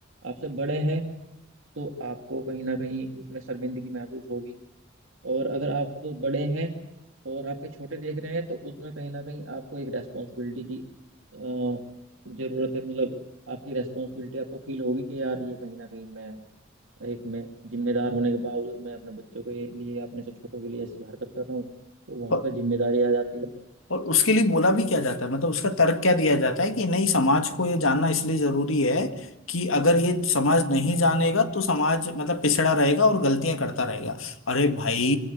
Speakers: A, on the right (about 75°); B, on the left (about 85°).
A: आपसे बड़े हैं तो आपको कहीं ना कहीं उसमें शर्मिंदगी महसूस होगी और अगर आप बड़े हैं और आपके छोटे देख रहे हैं तो उसमें कहीं ना कहीं आपको एक रेस्पॉन्सिबिलिटी की अ, जरूरत है मतलब आपकी रेस्पॉन्सिबिलिटी आपको फील होगी कि यार ये कहीं ना कहीं मैं एक मैं जिम्मेदार होने के बावजूद मैं अपने बच्चों के लिए अपने से छोटों के लिए ऐसी हरकत कर रहा हूँ तो वहां
B: हैं
A: पर जिम्मेदारी आ जाती है
B: और उसके लिए बोला भी क्या जाता है मतलब उसका तर्क क्या दिया जाता है कि नहीं समाज को ये जानना इसलिए जरूरी है कि अगर ये समाज नहीं जानेगा तो समाज मतलब पिछड़ा रहेगा और गलतियां करता रहेगा अरे भाई